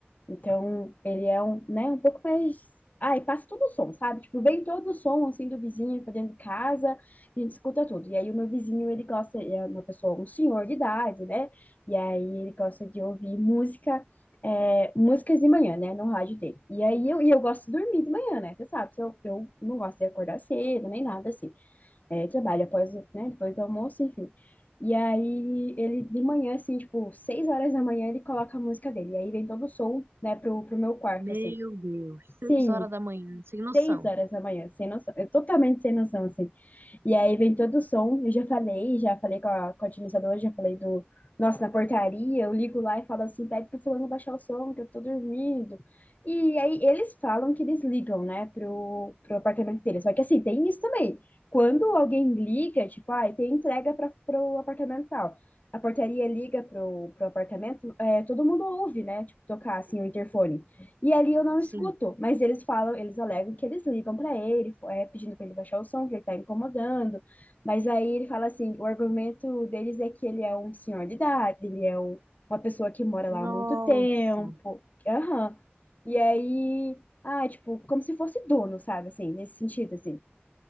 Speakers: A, on the left (about 40°); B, on the right (about 70°).
A: Então, ele é um, né, um pouco mais. Ah, e passa todo o som, sabe? Tipo, vem todo o som, assim, do vizinho pra dentro de casa, a gente escuta tudo. E aí, o meu vizinho, ele gosta, ele é uma pessoa, um senhor de idade, né? E aí, ele gosta de ouvir música, é, músicas de manhã, né, no rádio dele. E aí, eu, e eu gosto de dormir de manhã, né? Você sabe que eu, eu não gosto de acordar cedo, nem nada assim é, trabalho após, o- né, depois do almoço, enfim. E aí ele de manhã, assim, tipo, seis horas da manhã, ele coloca a música dele. E aí vem todo o som, né, pro, pro meu quarto,
B: Meu
A: assim.
B: Deus, Seis
A: Sim,
B: horas da manhã, sem noção.
A: seis horas da manhã, sem noção. Eu totalmente sem noção, assim. E aí vem todo o som. Eu já falei, já falei com a, com a administradora, já falei do. Nossa, na portaria, eu ligo lá e falo assim: pede pro fulano baixar o som, que eu tô dormindo. E aí eles falam que eles ligam, né, pro, pro apartamento dele. Só que assim, tem isso também. Quando alguém liga, tipo, ah, tem entrega para pro apartamento tal. A portaria liga pro, pro apartamento, é, todo mundo ouve, né, tipo, tocar assim o interfone. E ali eu não
B: sim.
A: escuto, mas eles falam, eles alegam que eles ligam para ele, é, pedindo para ele baixar o som, que ele está incomodando. Mas aí ele fala assim, o argumento deles é que ele é um senhor de idade, ele é um- uma pessoa que mora
B: Nossa,
A: lá há muito tempo. Aham. E aí, ah, tipo, como se fosse dono, sabe, assim, nesse sentido, assim.